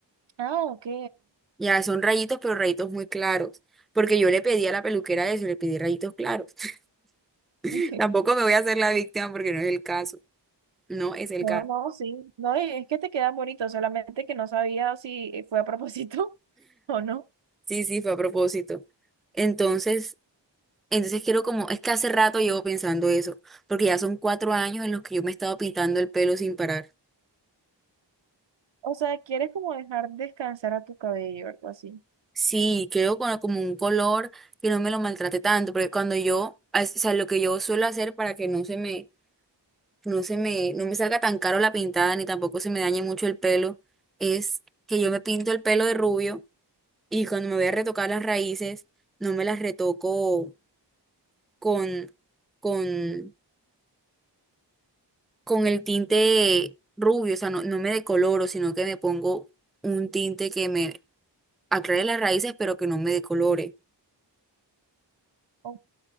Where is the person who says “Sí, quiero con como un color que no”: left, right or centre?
Centre